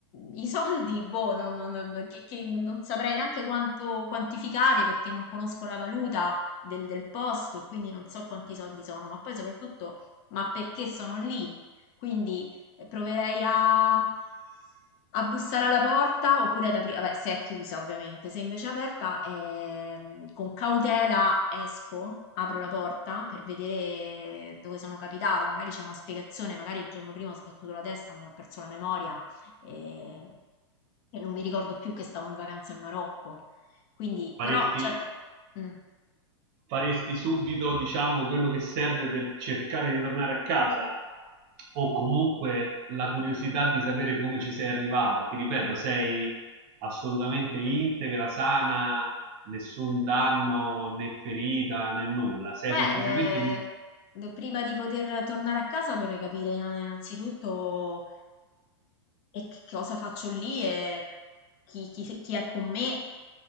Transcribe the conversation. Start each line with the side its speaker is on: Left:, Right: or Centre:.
Left: i soldi, boh, non, non- che- che non saprei neanche quanto quantificare perché non conosco la valuta del, del posto e quindi non so quanti soldi sono, ma poi soprattutto, ma perché sono lì? Quindi eh, proverei a, a bussare alla porta oppure ad aprire, vabbè, se è chiusa ovviamente, se invece è aperta, ehm, con cautela esco, apro la porta per vedere dove sono capitata, magari c'è una spiegazione, magari il giorno prima ho sbattuto la testa, non ho perso la memoria e, e non mi ricordo più che stavo in vacanza in Marocco. Quindi,
Right: Faresti
Left: però, certo, mm.
Right: faresti subito, diciamo, quello che serve per cercare di tornare a casa? O comunque la curiosità di sapere come ci sei arrivata? Ti ripeto, sei assolutamente integra, sana, nessun danno né ferita né nulla. Sei
Left: beh,
Right: semplicemente.
Left: eh,
Right: in-
Left: d- prima di poter tornare a casa dovrei capire eh, innanzitutto eh, che cosa faccio lì e chi, chi- chi è con me